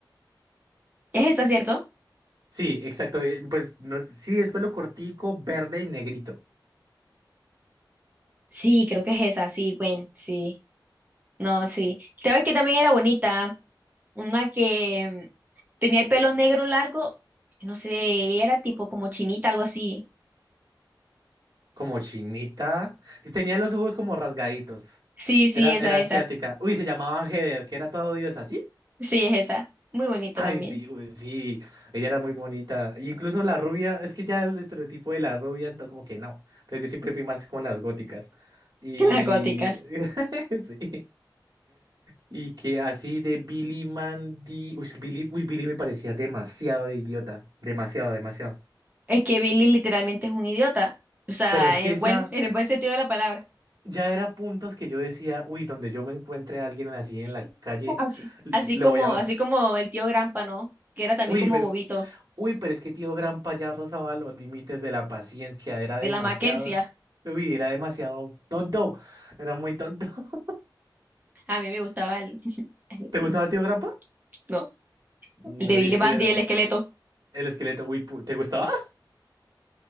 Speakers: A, on the right; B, on the right.
A: Es esa, ¿cierto?
B: Sí, exacto. eh, Pues no, sí, es pelo cortico, verde y negrito.
A: Sí, creo que es esa, sí, Gwen, sí. No, sí. ¿Sabes que también era bonita? Una que mm, tenía el pelo negro largo, no sé, ella era tipo como chinita, algo así.
B: Como chinita. Y Tenía los ojos como rasgaditos.
A: Sí, sí,
B: Era,
A: esa,
B: era
A: esa.
B: asiática. Uy, se llamaba Heather, que era toda odiosa, ¿sí?
A: Sí, es esa. Muy bonita
B: Ay,
A: también.
B: sí, uy, sí. Ella era muy bonita. E incluso la rubia, es que ya el estereotipo de las rubias, no, como que no. Entonces yo siempre fui más con las góticas. Y.
A: <laughs> Las góticas.
B: <laughs> Sí. Y que así de Billy Mandy. Uy, Billy, uy, Billy me parecía demasiado idiota. Demasiado, demasiado.
A: Es que Billy literalmente es un idiota. O sea,
B: Pero es que
A: en el
B: ya.
A: buen, en el buen sentido de la palabra.
B: ya era puntos que yo decía, uy, donde yo me encuentre a alguien así
A: <laughs>
B: en la calle,
A: Así,
B: l-
A: así
B: le
A: como,
B: voy a...
A: así como el tío Grampa, ¿no?
B: <laughs>
A: Que era también
B: Uy,
A: como
B: pero,
A: bobito,
B: uy, pero es que tío Gran ya rozaba los límites de la paciencia, era demasiado,
A: de la Mackenzie.
B: uy, era demasiado tonto, era muy tonto. <laughs>
A: A mí me gustaba el, <laughs>
B: ¿Te gustaba tío Grampa?
A: no,
B: No,
A: el de Billy
B: y es que
A: Mandy,
B: era
A: el esqueleto.
B: el esqueleto, uy, pu- ¿te gustaba?